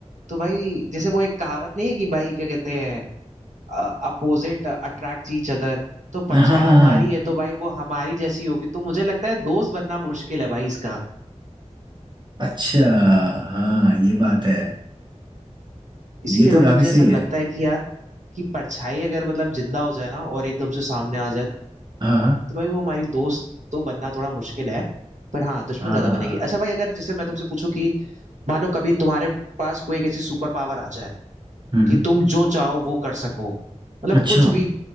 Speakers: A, on the right; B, on the right.
A: तो भाई जैसे वो एक कहावत नहीं है कि भाई क्या कहते हैं अपोजिट अट्रैक्ट ईच अदर तो
B: हाँ
A: परछाई
B: हाँ हाँ
A: हमारी
B: हाँ
A: है तो भाई वो हमारी जैसी होगी तो मुझे लगता है दोस्त बनना मुश्किल है भाई इसका
B: अच्छा हाँ ये बात है
A: इसीलिए
B: ये तो
A: भाई
B: काफी
A: मुझे
B: सही
A: ऐसा लगता
B: है
A: है कि यार कि परछाई अगर मतलब जिंदा हो जाए ना और एकदम से सामने आ जाए
B: हाँ हाँ
A: तो भाई वो हमारी दोस्त तो बनना थोड़ा मुश्किल है पर हाँ दुश्मन
B: हाँ
A: ज्यादा बनेगी अच्छा भाई अगर जैसे मैं तुमसे पूछूं कि मान लो कभी तुम्हारे पास कोई एक ऐसी सुपर पावर आ जाए
B: हम्म
A: कि तुम जो चाहो वो कर सको मतलब
B: अच्छा
A: कुछ भी